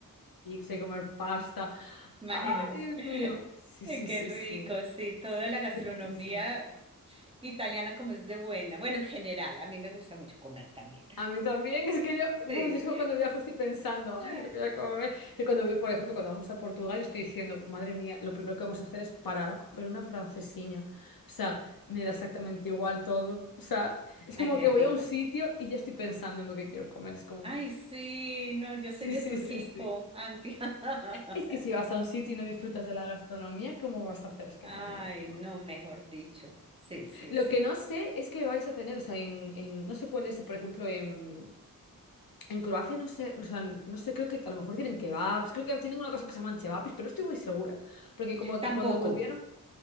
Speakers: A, on the left; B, on the right.
A: pizza y comer pasta.
B: Imagínate.
A: ¡Ah, Dios
B: <laughs>
A: mío! Sí,
B: Ay,
A: sí,
B: Qué
A: sí,
B: rico,
A: sí.
B: sí, toda la gastronomía
A: Riquísimo.
B: italiana como es de buena. Bueno, en general, a mí me gusta mucho comer también.
A: A mí también, es que yo, uf,
B: Sí.
A: yo es que cuando viajo estoy pensando,
B: <laughs>
A: ay, lo que voy a comer. Sí, cuando voy, por ejemplo, cuando vamos a Portugal, yo estoy diciendo, madre mía, lo primero que vamos a hacer es parar a comer una francesiña. O sea, me da exactamente igual todo. O sea, es
B: Ay,
A: como
B: qué
A: que
B: rico.
A: voy a un sitio y ya estoy pensando en lo que quiero comer. Es como,
B: Ay, sí, no, yo
A: sí,
B: soy de
A: sí,
B: tu equipo,
A: sí, sí.
B: Antia. <laughs>
A: Es que si vas a un sitio y no disfrutas de la gastronomía, ¿cómo vas a hacer? Es que
B: Ay,
A: no, no, no, no.
B: no, mejor dicho. Sí, sí,
A: Lo
B: sí.
A: que no sé es que vais a tener, o sea, en, en- no sé cuál es, por ejemplo, en, en Croacia, no sé, o sea, no sé, creo que a lo mejor tienen kebabs, creo que tienen una cosa que se llaman chevapis, pero no estoy muy segura, porque como
B: Tampoco,
A: que cuando volvieron,